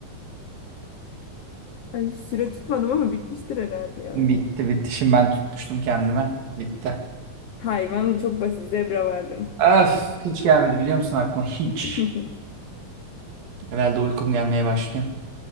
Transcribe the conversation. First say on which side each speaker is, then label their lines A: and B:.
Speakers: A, on the left; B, on the right.
A: Ay, süre tutmadım ama bitmiştir herhalde ya.
B: Bitti bitti. Şimdi ben tutmuştum kendime. Bitti.
A: Hayvan çok basit. Zebra vardım.
B: Öf hiç gelmedi biliyor musun aklıma? Hiç.
A: <laughs>
B: Herhalde uykum gelmeye başlıyor.